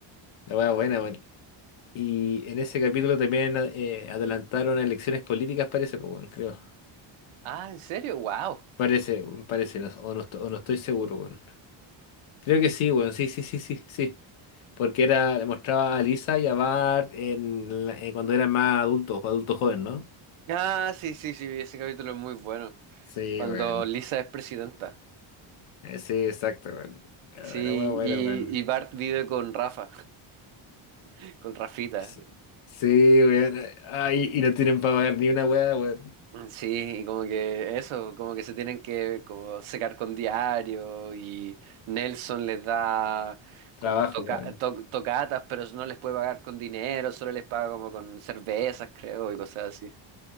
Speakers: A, on the left; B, on the right.
A: La weá buena, weón. Y en ese capítulo también eh, adelantaron elecciones políticas, parece, pues bueno, creo.
B: Ah, ¿en serio? ¡Wow!
A: Parece, weón, parece, no- o, no, estoy- o no estoy seguro, weón. Creo que sí, weón, sí, sí, sí, sí, sí. Porque era, mostraba a Lisa y a Bart en la- eh, cuando eran más adultos, adultos jóvenes, ¿no?
B: Ah, sí, sí, sí, ese capítulo es muy bueno.
A: Sí,
B: Cuando
A: weón.
B: Lisa es presidenta.
A: Eh, Sí, exacto, weón. Era
B: Sí,
A: más bueno,
B: y,
A: weón.
B: y Bart vive con Rafa, <laughs> con Rafita.
A: Sí, sí, weón. Ay, y no tienen para pagar ni una weá, weón.
B: Sí, y como que eso, como que se tienen que como secar con diario y Nelson les da
A: Trabajo,
B: como toca
A: weón.
B: to- tocatas, pero no les puede pagar con dinero, solo les paga como con cervezas, creo, y cosas así.